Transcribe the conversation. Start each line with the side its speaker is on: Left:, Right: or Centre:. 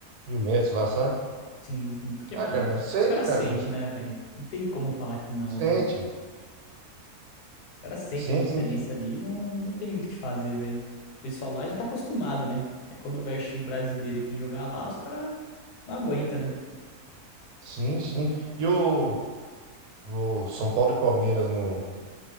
Right: mil metros lá, sabe?
Left: Sim, sim. Porque,
Right: Ah,
Left: mano,
Right: cara, mas sei,
Left: os caras
Right: né, cara?
Left: sentem, né, velho? Não tem como falar que não,
Right: Sente,
Left: velho. Os caras sentem
Right: sente,
Left: a diferença
Right: sim.
Left: ali, e não, não tem muito o que fazer, velho. O pessoal lá já tá acostumado, né? Aí quando vai o time brasileiro aqui jogar lá, os caras não aguenta, né?
Right: Sim, sim. E o, o São Paulo e Palmeiras no,